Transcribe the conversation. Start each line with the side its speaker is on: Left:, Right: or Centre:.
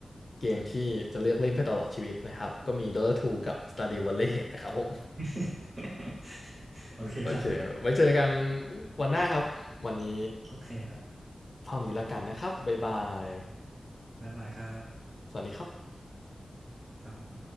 Left: เกมที่จะเลือกเล่นไปตลอดชีวิตนะครับก็มี Dota 2กับ Stardew Valley นะครับผม
Right: <laughs> โอเคครับ
Left: โอเค ไว้เจอกันวันหน้าครับ วันนี้
Right: <laughs> โอเคครับ
Left: เท่านี้ละกันนะครับบ๊ายบาย
Right: อืมบายบายครับ
Left: สวัสดีครับ
Right: ครับผม